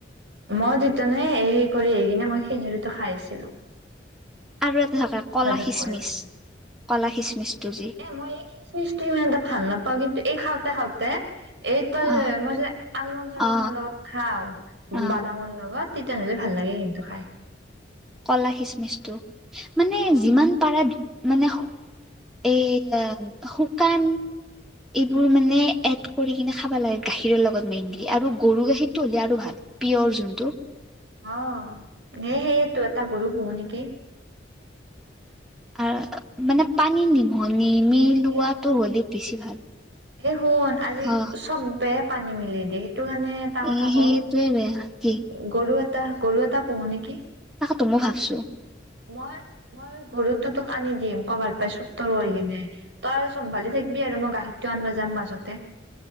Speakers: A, on the right (about 75°); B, in the centre.
A: মই তেতিনেই কৰি আহি কিনে মই খিজুৰটো খাই আছিলো।
B: আৰু এটা থকা
A: যোগাযোগ
B: কলা খিচমিচ
A: কৰি কৰি
B: কলা খিচমিচটো যি
A: এ মই এই খিচমিচটো ইমান এটা ভাল নাপাওঁ কিন্তু এই খাওঁতে খাওঁতে এইটোই যে
B: অ
A: মই যে আলমন চলম
B: অ
A: লগত খাও
B: অ
A: বাদামৰ লগত। তেতিয়া নহ'লে ভাল লাগে কিন্তু খাই।
B: কলা খিচমিচটো মানে
A: অ
B: যিমান পাৰা মানে এই শুকান এইবোৰ মানে এড কৰি কিনে খাবা লাগে গাখীৰৰ লগত। মেইনলি আৰু
A: অ
B: গৰু গাখীৰতটো হ'লে আৰু ভাল পিয়ৰ যোনটো।
A: অ স সেয়েতো এটা গৰু পোহু নেকি?
B: আৰু মানে পানী নিমহ নিমিলোৱাটো
A: এ
B: হলে বেছি ভাল।
A: এই শুন আজি
B: অ
A: চবে পানী মিলি দি। টো কাৰণে এটা কথা
B: এ
A: ক'ল
B: সেইটোৱে বেয়া কি
A: গৰু এটা গৰু এটা পোহো নেকি?
B: ত মো ভাবছো।
A: মই মই গৰু তোক আনি দিম কবাৰ পাই চুৰতোৰ কৰি কিনে তই আৰু চম্ভালি থাকি বি আৰু মই গাখিৰটো আনবা যাম মাজতে।